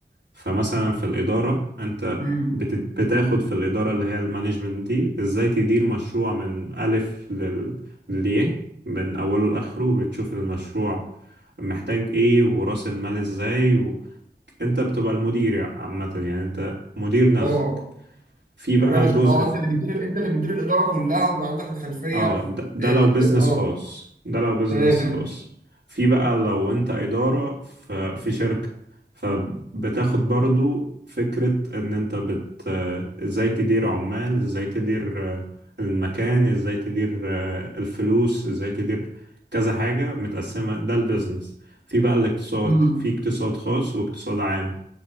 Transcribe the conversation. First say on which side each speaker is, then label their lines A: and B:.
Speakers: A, on the right; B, on the right.
A: فمثلا في الإدارة أنت
B: امم
A: بت- بتاخد في الإدارة اللي هي المانجمنت دي إزاي تدير مشروع من ألف لل- للياء من أوله لآخره بتشوف المشروع محتاج إيه ورأس المال إزاي و... أنت بتبقى المدير عامة يعني أنت مدير نفسك
B: اه
A: في بقى
B: المانجمنت
A: جزء
B: اه انت اللي بتدير انت اللي بتدير الاداره كلها وبيبقى عندك الخلفيه
A: اه ده, ده
B: إيه،
A: لو
B: إز-
A: بيزنس
B: اه
A: خاص ده لو بيزنس
B: تمام
A: خاص في بقى لو انت إدارة ف- في شركة فبتاخد برضو فكرة ان انت بت آه، ازاي تدير عمال ازاي تدير آه، المكان ازاي تدير آه، الفلوس ازاي تدير كذا حاجة متقسمة ده البيزنس في بقى الاقتصاد
B: امم
A: في اقتصاد خاص واقتصاد عام